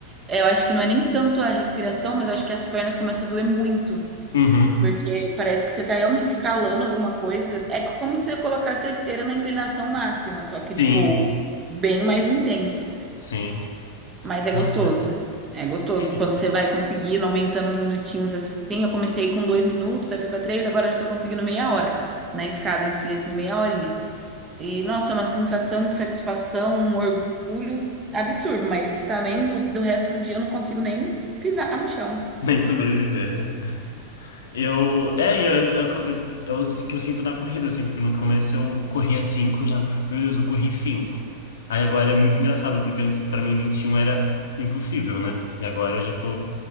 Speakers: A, on the right; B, on the left.
A: é, eu acho que não é nem tanto a respiração, mas eu acho que as pernas começam a doer muito,
B: Uhum.
A: porque parece que você tá realmente escalando alguma coisa. É como se você colocasse a esteira na inclinação máxima, só que, tipo,
B: Sim,
A: bem mais intenso.
B: sim.
A: Mas é
B: Não,
A: gostoso.
B: é.
A: É gostoso.
B: É.
A: Quando você vai conseguindo, aumentando os minutinhos assim. Eu comecei com dois minutos, aí fui pra três, agora eu já tô conseguindo meia hora. Na escada em si, assim, meia horinha. E, nossa, é uma sensação de satisfação, um orgulho absurdo, mas também do, do resto do dia eu não consigo nem pisar no chão.
B: Nem sobreviver, né? Eu, é, eu, é o que eu, sinto- é o que eu sinto na corrida, assim, porque no começo eu corria 5 eu já, meu Deus, eu corri cinco Aí agora é muito engraçado, porque antes pra mim 21 era impossível, né? E agora eu já tô,